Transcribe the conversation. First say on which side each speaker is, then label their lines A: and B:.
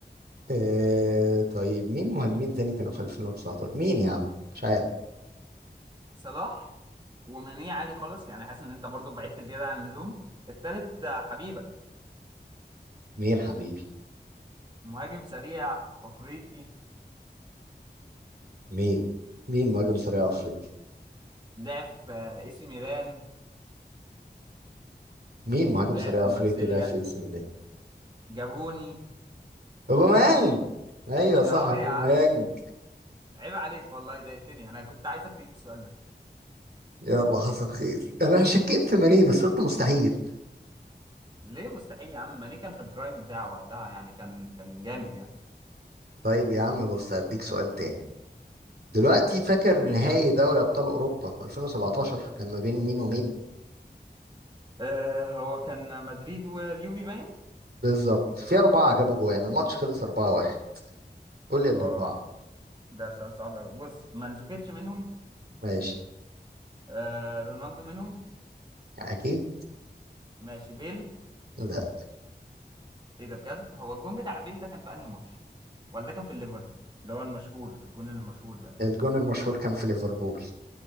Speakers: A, on the right; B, on the right.
A: آه طيب مين مهاجمين تاني كانوا في 2019 مين يا عم مش عارف
B: صلاح وماني عادي خالص يعني حاسس ان انت برضو بعدت زياده عن اللزوم التالت آه، حبيبه
A: مين حبيبي
B: مهاجم سريع افريقي
A: مين مين مهاجم سريع افريقي
B: لعب في اي سي ميلان
A: مين مهاجم
B: ولعب
A: سريع
B: في
A: افريقي
B: مارسيليا
A: لا في اسم الله
B: جابوني
A: اوباميانج ايوه صح
B: اه
A: اوباميانج
B: يا عم عيب عليك والله ضايقتني انا كنت عايزك تجيب السؤال ده
A: يلا حصل خير انا شكيت في ماني بس قلت مستحيل
B: ليه مستحيل يا عم ماني كان في البرايم بتاعه وقتها يعني كان كان جامد يعني
A: طيب يا عم بص هديك سؤال تاني دلوقتي فاكر
B: الدين
A: نهائي
B: يا عم
A: دوري ابطال اوروبا 2017 كان ما بين مين ومين
B: آه هو كان مدريد واليوفي باين
A: بالظبط في اربعه جابوا جوان الماتش خلص 4-1 قول لي الاربعه
B: اه ده سؤال صعب قوي بص مانزوكيتش منهم
A: ماشي
B: آه رونالدو منهم
A: اكيد
B: ماشي بيل
A: لا
B: ايه ده بجد هو الجون بتاع بيل ده كان في انهي ماتش ولا ده كان في الليفر اللي هو المشهور الجون المشهور ده
A: الجون المشهور كان في ليفربول